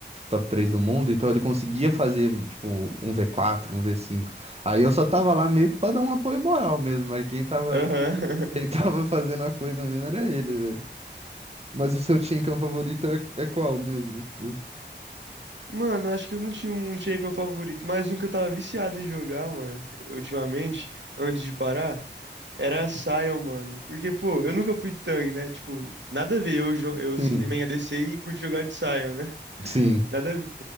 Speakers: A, on the right (about 35°); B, on the right (about 75°).
A: top 3 do mundo, então ele conseguia fazer, tipo, um v quatro, um v cinco. Aí eu só tava lá meio que pra dar um apoio moral mesmo, mas quem tava,
B: Aham.
A: <laughs> quem
B: <laughs>
A: tava fazendo a coisa mesmo era ele, velho. Mas o seu champion favorito era, é qual mesmo? Tipo,
B: Mano, eu acho que eu não tinha um champion favorito, mas um que eu tava viciado em jogar, mano, ultimamente, antes de parar, era a Sion, mano. Porque, pô, eu nunca fui tanque, né? Tipo, nada a ver eu, jo- eu
A: sim.
B: ser main ADC e curto jogar de Sion, né? <laughs>
A: Sim,
B: Nada a ver.